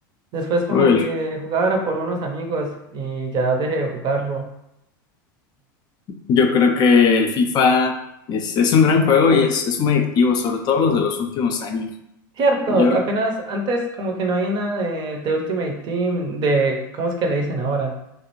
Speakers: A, on the right; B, on the left.
A: Después como
B: Uy, el-
A: que jugaba era por unos amigos y ya dejé de jugarlo.
B: yo creo que el FIFA es, es un gran juego y es, es muy activo, sobre todo los de los últimos años.
A: Cierto,
B: Yo,
A: apenas antes como que no hay una de, de Ultimate Team, de, ¿cómo es que le dicen ahora?